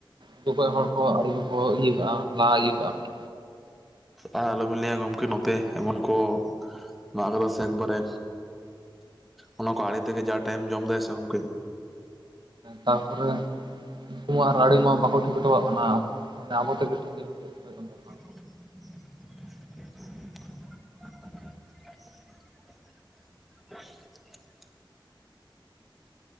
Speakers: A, on the right (about 60°); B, in the centre.
A: ᱜᱩᱰᱩ ᱜᱚᱡ ᱦᱚᱲ ᱠᱚ ᱟᱲᱮ ᱠᱚᱠᱚ ᱤᱭᱟᱹ ᱠᱟᱜᱼᱟ ᱞᱟᱦᱟ ᱤᱭᱟᱹ ᱠᱟᱜᱼᱟ ᱠᱚ
B: ᱟᱨ ᱟᱞᱚᱵᱤᱱ ᱞᱟᱹᱭᱟ ᱜᱚᱢᱠᱮ ᱱᱚᱛᱮ ᱮᱢᱚᱱ ᱠᱚ ᱢᱟᱜ ᱟᱠᱟᱫᱟ ᱥᱮ ᱮᱠᱵᱟᱨᱮ ᱚᱱᱟ ᱠᱚ ᱟᱲᱮ ᱛᱮᱜᱮ ᱡᱟ ᱴᱟᱭᱤᱢ ᱡᱚᱢᱫᱟᱭ ᱥᱮ ᱜᱚᱢᱠᱮ
A: ᱛᱟᱯᱚᱨᱮ ᱩᱱᱠᱩ ᱢᱟ ᱟᱨ ᱟᱲᱮ ᱢᱟ ᱵᱟᱠᱚ ᱴᱷᱤᱠ ᱦᱚᱴᱚᱠᱟᱜ ᱠᱟᱱᱟ ᱢᱟᱱᱮ ᱟᱵᱚ ᱛᱮᱜᱮ ᱴᱷᱤᱠ ᱦᱳᱭᱳᱜ ᱠᱟᱱ ᱛᱟᱵᱚᱱᱟ
B: <inaudible> <inaudible>